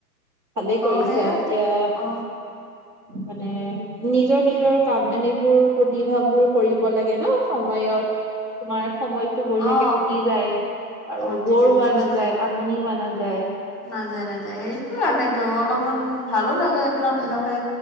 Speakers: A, on the right; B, in the centre.
A: ভালে কৰিছা,
B: অ সেয়া
A: এতিয়া
B: অ
A: মানে নিজৰ নিজৰ কাম এনেবোৰ প্ৰতিভাবোৰ কৰিব লাগে ন সময়ত। তোমাৰ সময়টো বঢ়িয়াকে
B: অ
A: কটি যায় আৰু
B: অ তিজে
A: ব'ৰ হোৱাত
B: গছে চি যায়
A: আমনি হোৱা নাযায়।
B: নাযায়, নাযায় সেইটো কাৰণেটো অলপমান ভালো লাগে এইবিলাক নিজাকে